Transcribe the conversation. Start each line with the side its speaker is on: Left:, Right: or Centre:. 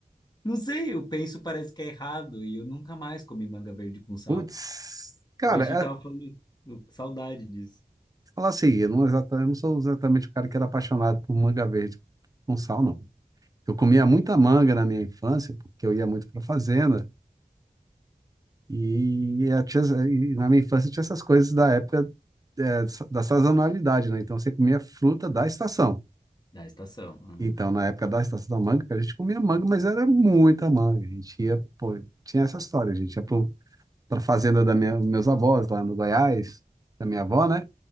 Left: Não sei, eu penso, parece que é errado, e eu nunca mais comi manga verde com sal.
Right: Putz, cara,
Left: E a gente tava
Right: é,
Left: falando, eu- saudade disso.
Right: falar assim, eu não, exata- eu não sou exatamente o cara que era apaixonado por manga verde com sal, não. Eu comia muita manga na minha infância, porque eu ia muito pra fazenda, E, eu tinha, e na minha infância tinha essas coisas da época é, da sazonalidade, né? Então você comia fruta da estação.
Left: Da estação. Uhum.
Right: Então, na época da estação da manga, a gente comia manga, mas era muita manga. A gente ia, pô, tinha essa história, a gente ia pro, pra fazenda da minha, meus avós, lá no Goiás, da minha avó, né?